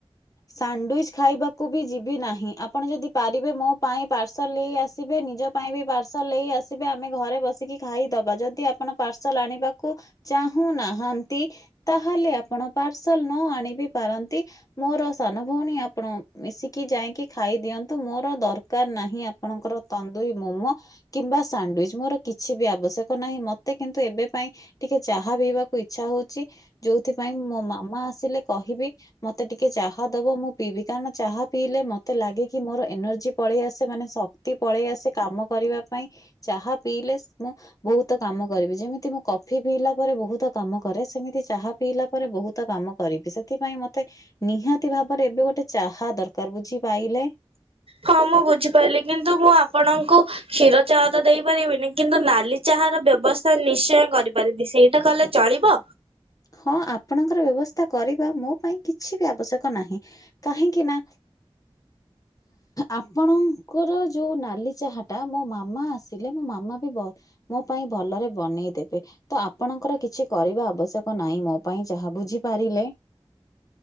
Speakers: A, on the left (about 35°); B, on the right (about 65°).
A: ସାଣ୍ଡୱିଚ ଖାଇବାକୁ ବି ଯିବି ନାହିଁ, ଆପଣ ଯଦି ପାରିବେ ମୋ ପାଇଁ ପାର୍ସଲ ନେଇ ଆସିବେ ନିଜ ପାଇଁ ବି ପାର୍ସଲ ନେଇ ଆସିବେ ଆମେ ଘରେ ବସିକି ଖାଇଦବା ଯଦି ଆପଣ ପାର୍ସଲ ଆଣିବାକୁ ଚାହୁଁ ନାହାନ୍ତି, ତାହେଲେ ଆପଣ ପାର୍ସଲ ନ ଆଣିବି ପାରନ୍ତି। ମୋର ସାନ ଭଉଣୀ ଆପଣ ମିଶିକି ଯାଇକି ଖାଇ ଦିଅନ୍ତୁ, ମୋର ଦରକାର ନାହିଁ ଆପଣଙ୍କର ତନ୍ଦୁରି ମୋମୋ। କିମ୍ବା ସାଣ୍ଡୱିଚ ମୋର କିଛି ବି ଆବଶ୍ୟକ ନାହିଁ ମତେ କିନ୍ତୁ ଏବେ ପାଇଁ ଟିକେ ଚାହା ପିଇବାକୁ ଇଚ୍ଛା ହଉଚଛି, ଯୋଉଥିପାଇଁ ମୋ ମାମା ଆସିଲେ କହିବି। ମତେ ଟିକେ ଚାହା ଦବ ମୁଁ ପିବି, କାରଣ ଚାହା ପିଇଲେ ମତେ ଲାଗେ କି ମୋର ଏନର୍ଜି ପଳେଇ ଆସେ ମାନେ ଶକ୍ତି ତି ପଳେଇ ଆସେ କାମ କରିବା ପାଇଁ ଚାହା ପିଇଲେ ମୁଁ ବହୁତ କାମ କରିବି, ଯେମିତି ମୁଁ କଫି ପିଇଲା ପରେ ବହୁତ କାମ କରେ ସେମିତି ଚାହା ପିଇଲା ପରେ ବହୁତ କାମ କରିବି ସେଥିପାଇଁ ମତେ ତେ ନିହାତି ଭାବରେ ଏବେ ଗୋଟେ ଚାହା ଦରକାର ବୁଝିପଇଲେ?
B: ହଁ ମୁଁ ବୁଝିପାରିଲି କିନ୍ତୁ ମୁଁ ଆପଣଙ୍କୁ କ୍ଷୀର ଚାହା ତ ଦେଇପାରିବିନି, କିନ୍ତୁ ନାଲି ଚାହା ର ବ୍ୟବସ୍ଥା ନିଶ୍ଚୟ କରିପାରିବି ସେଇଟା କଲେ ଚଳିବ?
A: ହଁ ଆପଣଙ୍କର ବ୍ୟବସ୍ଥା କରିବା ମୋ ପାଇଁ କିଛି ବି ଆବଶ୍ୟକ ନାହିଁ। କାହିଁକି ନା। ଆପଣଙ୍କର ଯେଉଁ ନାଲି ଚାହାଟା ମୋ ମାମା ଆସିଲେ ମୋ ମାମା ବି ବହ ମୋ ପାଇଁ ଭଲରେ ବନେଇ ଦେବେ ତ ଆପଣଙ୍କର କିଛି କରିବା ଆବଶ୍ୟକ ନାଇଁ ମୋ ପାଇଁ ଯାହା ବୁଝିପାରିଲେ?